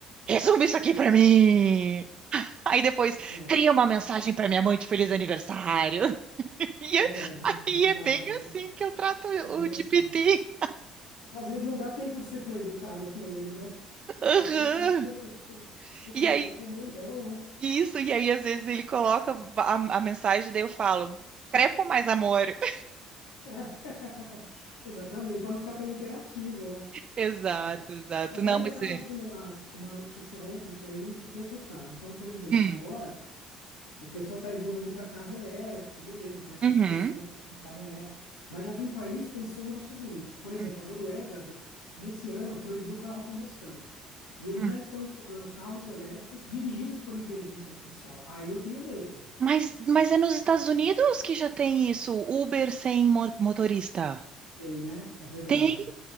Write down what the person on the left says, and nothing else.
É,
não, é bi-
é bizarro,
né?
É bem
assim. Às vezes não dá tempo de ser tão educado com ele, né? Fica
um pouco, fica
um
pouco mandão, né?
<laughs> Exatamente, para não ficar tão imperativo, né?
É.
Mas
aí eu
estava
vendo uma, uma notícia ontem que aí fiquei assustado. Então, por exemplo,
agora O pessoal está evoluindo para carro elétrico, beleza, tá essa
discussão sobre carro elétrico. Mas já tem país pensando no seguinte: por exemplo,
a Noruega, de- nesse ano, proibiu o carro a combustão. E eles
já estão estudando carros elétricos dirigidos por inteligência artificial. Aí eu tenho medo.
Tem, né? É verdade.